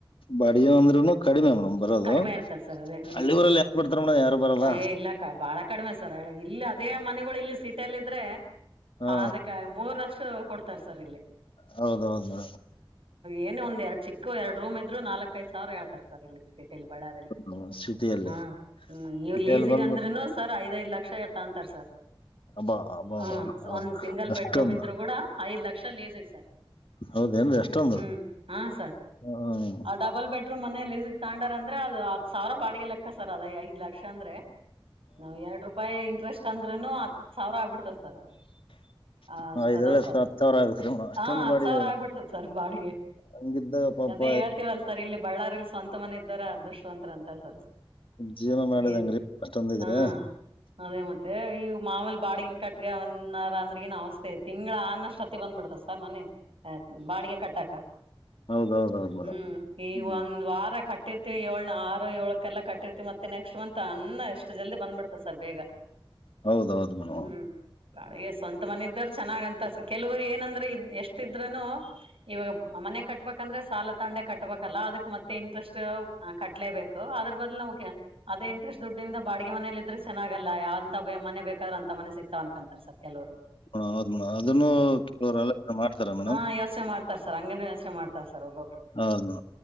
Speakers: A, on the left; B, on the right.
A: ಬಾಡಿಗೆನ ಅಂದ್ರುನು ಕಡಿಮೆಮ ಬರೋದು
B: ಕಡಿಮೆ ಇರ್ತದ ಸರ್ ಅದೇ ಹ್ಮ್
A: ಹಳ್ಳಿ ಊರಲ್ಲಿ ಯಾರು ಬರ್ತಾರ ಮೋಡ ಯಾರು ಬರಲ್ಲ
B: ಏ ಇಲ್ಲಕ್ಕ ಬಾಳ ಕಡಿಮೆ ಇಲ್ಲಿ ಅದೇ ಮನೆಗಳು ಇಲ್ಲಿ ಸಿೀಟಲ್ಲ ಇದ್ರೆ
A: ಹಾ
B: ಹ ಅದಕ್ಕ ಮೂರಷ್ಟ ಕೊಡ್ತಾರೆ ಸರ್ ಇಲ್ಲಿ
A: ಹೌದೌದು
B: ಏೇ ಒಂದ ಎರಡ್ ಚಿಕ್ಕ ಎರಡುೂ್ ಇದರು ನಾಲ್ಕ ಐದು ಸಾವರೇಳ್ತಾರೆ ಟಲ್ಲಿ ಬಳ್ಳಾರಲ್ಲಿ
A: ಮೇಡಮ್ ಸಿಟಿಯಲ್ಲಿ
B: ಹ ಹ್ಮ ಇವ
A: ಸಿಟಿಯಲ್ಲಿ
B: ಲೀಸಿಗೆ
A: ಬಂದ್ಬಿಟ್ಟು
B: ಅಂದ್ರೂನು ಸರ್ ಐದೈ್ ಲಕ್ಷ ತ ಅಂತಾರೆ ಸರ್
A: ಅಬ್ಬಾ ಅಬ್ಬಾ
B: ಹ
A: ಅಬ್ಬಾ
B: ಒಂದ್ ಸಿಂಗಲ್
A: ಅಷ್ಟೊಂದು
B: ಬೆಡ್ರೂಮ್ ಇದ್ರು ಕೂಡ ಐದ್ ಲಕ್ಷ ಲೇಸಿಗೆ ಸರ್
A: ಹೌದೇನ್ರಿ ಅಷ್ಟೊಂದು
B: ಹ್ಮ್ ಹಾ ಸರ್
A: ಹ್ಮ್
B: ಡಬಲ್ ಬೆಡ್ರೂಮ್ ಮನೆಯಲ್ಲಿ ಸಿತ ಾಂಡರ್ ಅಂದ್ರೆ ಅದು ಹತ್ ಸಾವಿರ ಬಾಿಗೆ ಲೆಕ್ಕ ಸರ್ ಅದ್ ಐದ ಲಕ್ಷ ಅಂದ್ರೆ ನಾವ್ ಎರಡ್ ರೂಪಾಯಿ ಇಂಟ್ರೆಸ್ಟ್ ಅಂದ್ರೂನು ಹತ್ ಸಾವಿರ ಆಗ್ಬಿಡ್ತದ ಸರ್ ಅದ ಹ ಅಷ್ಟ
A: ಹಾ ಐದೇಳು
B: ಅದಾವ್
A: ಹತ್ತು
B: ಸರ್ ಇಲ್ಲಿ
A: ಹತ್ತು ಸಾವಿರ ಆಗತ್ರಿ ಅಷ್ಟೊಂದು
B: ಹ ಹತ್
A: ಬಾಡಿಗೆ
B: ಸಾವಿರ ಆಗ್ಬಿಟ್ಟದ ಸರ್ ಬಾಡಿಗೆ
A: ಹಂಗಿದ್ದಾಗ ಪಾಪ
B: ಅದೇ ಹೇಳ್ತೀವಲ್ ಸರ್ ಇಲ್ಲಿ ಬಳ್ಳಾರಿಲ್ಲಿ ಸ್ವಂತ ಮನೆ ಇದ್ದಾರ ಅದೃಷ್ಟವಂತರ ಅಂತ ಸರ್
A: ಜೀವನ ಮಾಡೋದ್
B: ಏನ್
A: ಹೆಂಗ್ರಿ ಅಷ್ಟೊಂದು ಇದ್ರೆ
B: ಹಾ ಅದೇ ಮತ್ತೆ ಮತ್ತ ಈ ಮಾವೂಲಿ ಬಾಡಿಗೆ ಕಟ್ಗ ಅಾರ ಅಂದ್ರಗಏನ್ ಅವಸ್ಥೆ ತಿ್ಗಳ ಅನಷ್ಟ್ ಅತ್ತ ಬಂದ್ಬಿಡ್ತ ಸರ್ ಮನೆ ಆಯ್ತ್ ಬಾಡಿಗೆ ಕಟ್ಟಾಕ
A: ಹೌದೌದು ಹೌದು ಮೇಡಮ್
B: ಹ್ಮ್ ಈಗ
A: ಹ್ಮ್
B: ಒಂದ್ ವಾರ ಕಟ್ಟಿರ್ತಿೀವಿ ಏಳ್ ಆರು ಏಳಕಲ್ಲ ಕಟ್ಟಿರ್ತಿೀವಿ ಮತ್ತೆ ನೆಕ್ಸ್ಟ್ ಮಂತ್ ಅನ್ನ ಎಷ್ಟು ಜಲ್ದಿ ಬಂದ್ಬಿಡ್ತ ಸರ್ ಬೇಗ
A: ಹೌದೌದು ಮೇಡಮ್
B: ಹ್ಮ್ ಬಾಳಗ ಸ್ವಂತ ಮನೆ ಇದ್ದರು ಚೆನ್ನಾಗಂತ ಕೆಲವರು ಏನಂದ್ರೆ ಇದ ಎಷ್ಟ ಇದ್ರೂನು ಇವಾಗ ಮನೆ ಕಟ್ಬೇಕಂದ್ರೆ ಸಾಲ ತಂಡೆ ಕಟ್ಬೇಕಲ್ಲಾ ಅದಕ್ ಮತ್ತೆ ಇ ಇಂಟ್ರೆಸ್ಟ್ ಕಟ್ಲೇಬೇಕು ಅದ್ರ ಬದ್ಲು ನಮ್ಗೆ ಅದೇ ಇಂಟ್ರೆಸ್ಟ್ ದುಡ್ಡಿಂದ ಬಾಿಗೆ ಮನೇಲಿ ಇದ್ರೆ ಚೆನ್ನಾಗಲ್ಲ ಯಾವಂತ ಮನೆ ಬೇಕಾದ್ರೂ ಅಂತ ಮನೆ ಸಿಗ್ತಾವ ಅನ್ಕಂತಾರೆ ಸರ್ ಕೆಲವರು
A: ಹ ಹೌದು ಮೇಡಮ್ ಅದನ್ನು ಕೆಲವರು ಆಲೋಚನೆ ಮಾಡ್ತಾರೆ ಮೇಡಮ್
B: ಹ ಯೋಚನೆ ಮಾಡ್ತಾರ ಸರ್ ಹಂಗನ ಯೋಚನೆ ಮಾಡ್ತಾರ ಸರ್ ಒಬ್ಬೊಬ್ರು
A: ಹೌದು